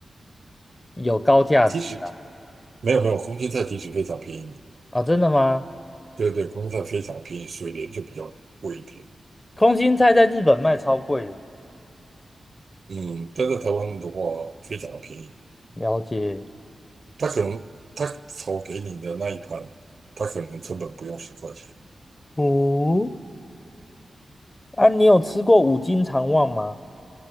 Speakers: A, on the left (about 25°); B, on the right (about 60°).
A: 有高价值啦。
B: 其实没有没有，空心菜其实非常便宜，
A: 啊，哦真的吗？
B: 对对，空心菜非常便宜，水莲就比较贵一点，
A: 空心菜在日本卖超贵的，
B: 嗯，但在台湾的话非常便宜，
A: 了解。
B: 他可能他炒给你的那一盘，他可能成本不用十块钱，
A: 哦，啊，你有吃过五斤肠旺吗？